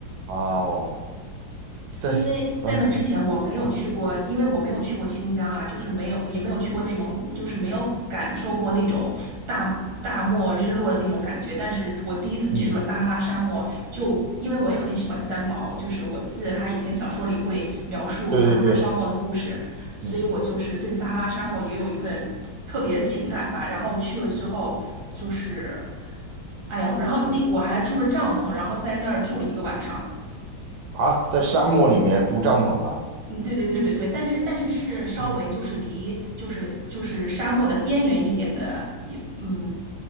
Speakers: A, on the right; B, on the right.
A: 哦，在，
B: 因为在那之前我没有去过，
A: 嗯嗯，
B: 因为我没有去过新疆啊，就是没有，也没有去过内蒙古，就是没有感受过那种大大漠日落的那种感觉。但是我第一次去了撒哈拉沙漠，
A: 嗯，
B: 就因为我也很喜欢三毛，就是我记得他以前小说里会描述撒哈拉沙漠的故事，
A: 对对对，
B: 所以我就是对撒哈拉沙漠也有一份特别的情感吧。
A: 嗯，
B: 然后去了之后，就是，哎呀，然后那我还住了帐篷，然后在那儿住了一个晚上。
A: 啊，在沙漠里面住帐篷啊，
B: 嗯，对对对对对，但是但是是稍微就是离就是就是沙漠的边缘一点的，
A: 嗯
B: 也嗯